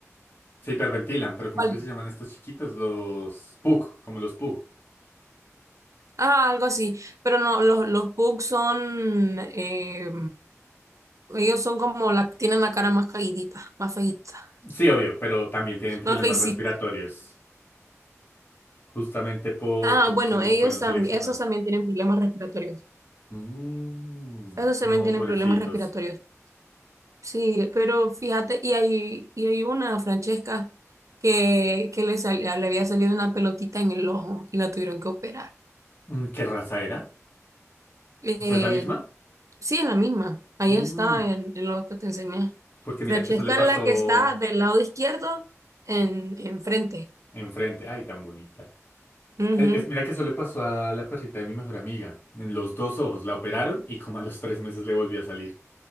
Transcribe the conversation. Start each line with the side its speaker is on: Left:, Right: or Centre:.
Left: Se hiperventilan, pero ¿cómo
Right: <laughs> Vale.
Left: es que se llaman estos chiquitos? Los PUC, como los PUC.
Right: Ah, algo así, pero no, los, los pugs son, eh, ellos son como, la, tienen la cara más caídita, más feíta,
Left: Sí, obvio, pero también tienen problemas
Right: más feicita.
Left: respiratorios, justamente por,
Right: Ah,
Left: por
Right: bueno,
Left: cómo
Right: ellos
Left: fueron seleccionados.
Right: también, esos también tienen problemas respiratorios.
Left: Mm,
Right: Esos también
Left: no,
Right: tienen
Left: pobrecitos.
Right: problemas respiratorios. Sí, pero fíjate, y hay, y hay una, Francesca, que, que le, sal- le había salido una pelotita en el ojo y la tuvieron que operar.
Left: Mm, ¿Qué raza era?
Right: Eh,
Left: O sea, ¿es la misma?
Right: sí, es la misma. Ahí
Left: Mm,
Right: está en, en lo que te enseñé.
Left: porque
Right: Francesca
Left: mira que eso le pasó
Right: es la que está del lado izquierdo en, enfrente.
Left: enfrente. Ay, tan bonita.
Right: Ujú.
Left: Eh, es- mira que eso le pasó a la perrita de mi mejor amiga. En los dos ojos la operaron y como a los tres meses le volvió a salir.